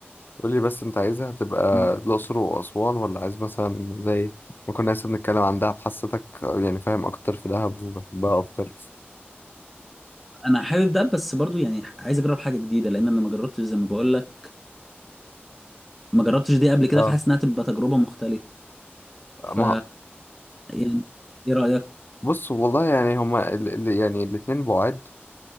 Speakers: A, on the left; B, in the centre.
A: قولي بس انت عايزها تبقى
B: مم.
A: الأقصر وأسوان ولا عايز مثلا زي ما كنا لسه بنتكلم عن دهب حسيتك يعني فاهم أكتر في دهب وبحبها أكتر
B: انا حابب ده بس برضو يعني عايز اجرب حاجه جديده لان انا ما جربتش زي ما بقول لك ما جربتش دي قبل كده
A: اه
B: فحاسس انها تبقى تجربه مختلفه ف
A: ما
B: يعني ايه رايك
A: بص والله يعني هما ال ال يعني الاتنين بعاد